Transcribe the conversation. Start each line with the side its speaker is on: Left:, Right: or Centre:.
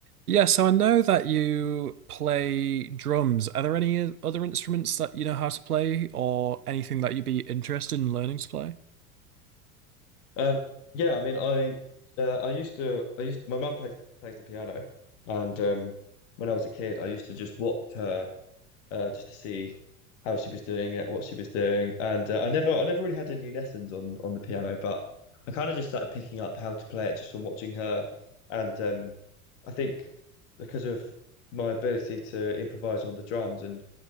Right: Yeah, so I know that you play drums. Are there any other instruments that you know how to play or anything that you'd be interested in learning to play?
Left: Um, yeah, I mean, I uh, I used to I used my mum plays plays the piano, and um, when I was a kid, I used to just watch her uh, just to see how she was doing it, what she was doing, and uh, I never I never really had any lessons on on the piano, but I kind of just started picking up how to play it just from watching her, and um, I think because of my ability to improvise on the drums and